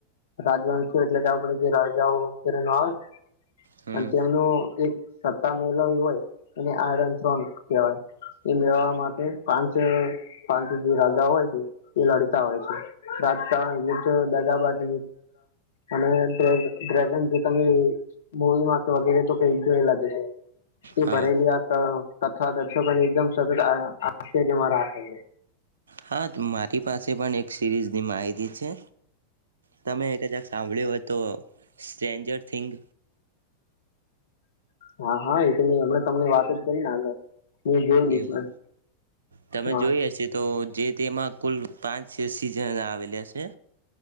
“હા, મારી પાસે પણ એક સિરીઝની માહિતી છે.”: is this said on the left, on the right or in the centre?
Right